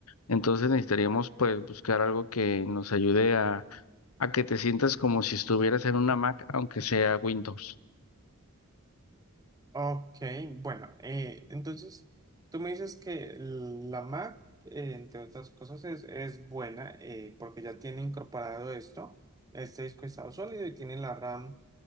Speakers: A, on the left; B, on the right.
A: Entonces necesitaríamos, pues, buscar algo que nos ayude a, a que te sientas como si estuvieras en una Mac, aunque sea Windows.
B: Ok, bueno, eh, entonces tú me dices que la Mac, eh, entre otras cosas, es, es buena eh, porque ya tiene incorporado esto, este disco de estado sólido y tiene la RAM,